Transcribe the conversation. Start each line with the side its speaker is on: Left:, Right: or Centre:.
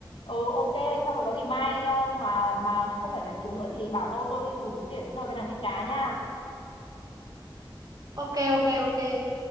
Left: Ừ ok xong rồi có gì mai ờ, mà mà không phải giải cứu nữa thì bảo tôi tôi rủ xuống biển chơi với nàng tiên cá nha
Right: Ok ok ok.